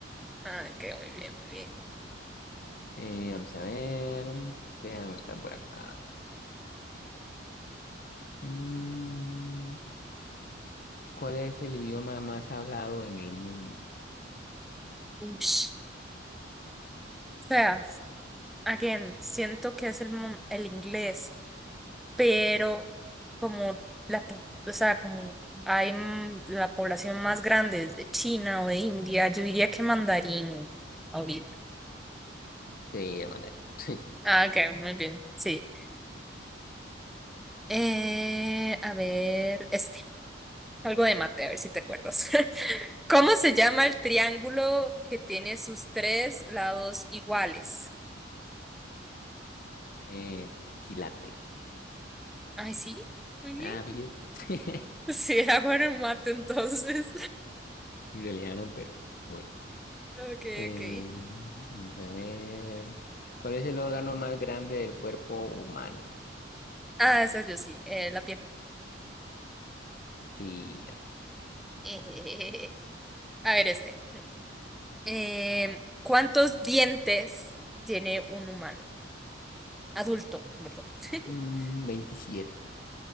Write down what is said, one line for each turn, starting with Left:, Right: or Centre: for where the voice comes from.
Centre: ah, ok, muy bien, muy bien.
Left: Eh, vamos a ver, déjame mostrar por acá. Mm, ¿cuál es el idioma más hablado en el mundo?
Centre: Ush. O sea, again, siento que es el, mo- el inglés, pero como la, po- o sea, como hay mm, la población más grande es de China o de India, yo diría que mandarín ahorita.
Left: Sí, el mandarín. <laughs>
Centre: Ah, ok, muy bien, sí. Eh, a ver, este, algo de mate, a ver si te acuerdas. <laughs> ¿Cómo se llama el triángulo que tiene sus tres lados iguales?
Left: Eh, equilátero.
Centre: Ay, sí, muy bien.
Left: Ah, bien.
Centre: <laughs>
Left: <laughs>
Centre: Sí, era bueno en mate entonces.
Left: En realidad no, pero bueno.
Centre: Ok,
Left: Eh,
Centre: ok.
Left: vamos a ver, ¿cuál es el órgano más grande del cuerpo humano?
Centre: Ah, esa yo sí, eh, la piel. <laughs>
Left: Y,
Centre: Eh, a ver, este. Eh, ¿cuántos dientes tiene un humano? Adulto, perdón. <laughs>
Left: mm, 27.